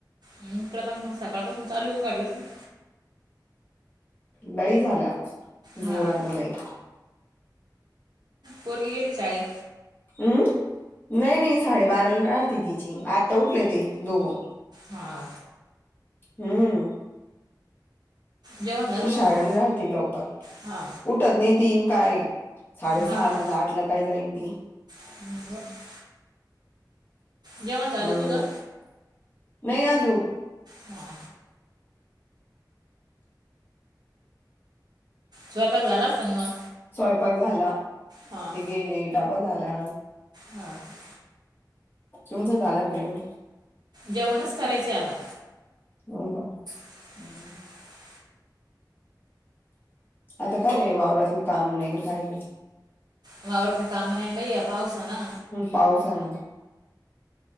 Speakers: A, on the right; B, on the left.
A: ह इकडे पण मग सकाळपासून चालू ये उघडल च नाही
B: लई झाला जोराने
A: हा.
B: लई.
A: पोरगी गेली शाळेल.
B: हम्म नाही नाही साडेबाराला राहते तिची आत्ता उठले ते दोघं
A: हा.
B: हम्म
A: जेवण झालं
B: ती
A: का
B: शाळांनी
A: तुझं?
B: राहते लवकरठ
A: हा.
B: टत नाही ती काय साडेसहा
A: हा.
B: ला ना आठ ला काय जाईन ती.
A: <unintelligible> जेवण झालं
B: म्हणून
A: तुझं?
B: नाही आजू
A: हा ह. स्वयंपाक झाला असेल मग?
B: स्वयंपाक झाला,
A: हा
B: ते गेले, डबा झाला.
A: हां ह.
B: तुमचं झालं देन.
A: जेवणच करायचं आता.
B: हो का.
A: हम्म.
B: आता काय नाही वावरातलं काम नाही काही नाही.
A: वावरातले काम नाही ये बाईया पावसा ना
B: पावसान.